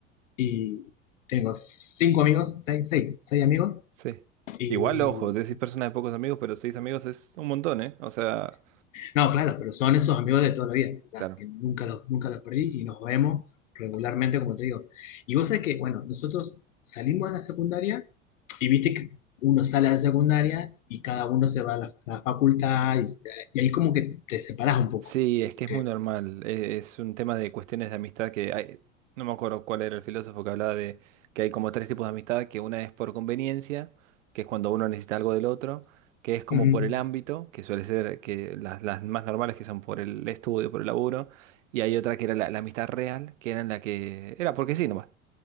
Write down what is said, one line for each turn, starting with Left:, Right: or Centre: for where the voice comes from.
Left: y tengo cinco amigos, seis, seis, seis amigos,
Right: Sí.
Left: y
Right: Igual, ojo, decís personas de pocos amigos, pero seis amigos es un montón, ¿eh? O sea,
Left: no, claro, pero son esos amigos de toda la vida, o sea,
Right: claro.
Left: que nunca los, nunca los perdí y nos vemos regularmente, como te digo. Y vos sabés que, bueno, nosotros salimos de la secundaria y viste que uno sale de la secundaria y cada uno se va a la, a la facultad y, y ahí como que te separás un poco
Right: Sí, es
Left: porque
Right: que es muy normal. e- Es un tema de cuestiones de amistad que hay. No me acuerdo cuál era el filósofo que hablaba de que hay como tres tipos de amistad, que una es por conveniencia, que es cuando uno necesita algo del otro, que es como
Left: Ujú.
Right: por el ámbito, que suele ser que las, las más normales que son por el estudio, por el laburo, y hay otra que era la, la amistad real, que era en la que era porque sí nomás.